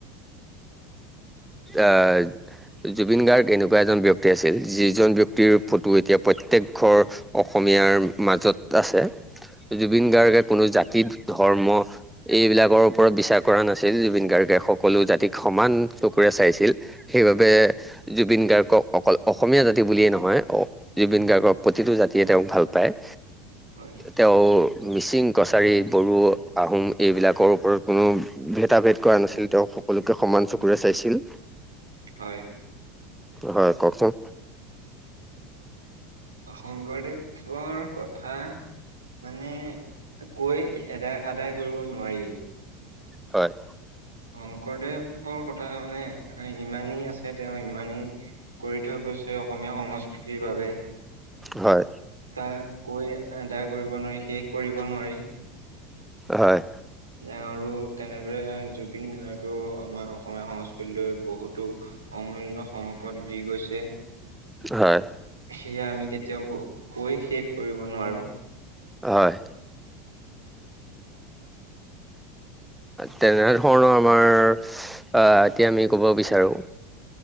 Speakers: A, in the centre; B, on the right.
A: আহ জুবিন গাৰ্গ এনেকুৱা এজন ব্যক্তি আছিল, যিজন ব্যক্তি ক্তিৰ ফটো এতিয়া প্ৰত্যেক ঘৰ অসমীয়াৰ মাজত আছে। জুবিন গাৰ্গে কোনো জাতি ধৰ্ম এইবিলাকৰ ওপৰত বিচাৰ কৰা নাছিল, জুবিন গাৰ্গে সকলো জাতিক সমান চকুৰে চাইছিল। সেইবাবে জুবিন গাৰ্গক অকল অসমীয়া জাতি বুলিয়ে নহয়, অ জুবিন গাৰ্গৰ প্ৰতিটো জাতিয়ে তেওঁক ভাল পায়।
B: হয়
A: তেওঁ মিচিং, কছাৰী, বড়ো, আহোম এইবিলাকৰ ওপৰত কোনো ভেদাভেদ কৰা নাছিল তেওঁ সকলোকে সমান চকুৰে চাইছিল।
B: হয়।
A: হয় কওকচোন।
B: শংকৰদেৱৰ কথা মানে কৈ এদায় আদায় কৰিব নোৱাৰি।
A: হয়।
B: শংকৰদেৱৰ কথা মানে ইমানেই আছে তেওঁ ইমানেই কৰি থৈ গৈছে অসমীয়া সংস্কৃতিৰ বাবে
A: হয়।
B: তাক কৈ আদায় কৰিব নোৱাৰি শেষ কৰিব নোৱাৰি।
A: হয়।
B: আৰু তেনেদৰে জুবিন গাৰ্গেও আমাৰ অসমীয়া সংস্কৃতি লৈ বহুতো অমূল্যয় সম্পদ দি গৈছে,
A: হয়,
B: সেয়া আমি কেতি ৱাও কৈ শেষ কৰিব নোৱাৰোঁ।
A: হয়। তেনেধৰণৰ আমাৰ আ এতিয়া আমি ক'ব বিচাৰোঁ